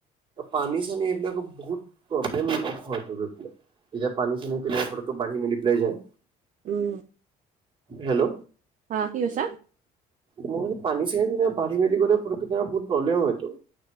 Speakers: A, on the right; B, on the right.
A: পানী চানী এইবিলাকো বহুত প্ৰব্লেম হয়তো গৈ পেলাই। এতিয়া পানী চানী ফিলাই বাঢ়ি মিলি পেলাই যায়।
B: উম।
A: হেল্ল'।
B: হা, কি কৈছা?
A: মই কৈছোঁ পানী চানী বাঢ়ি মেলি গ'লে ফতকেই বহুত প্ৰব্লেম হয়তো।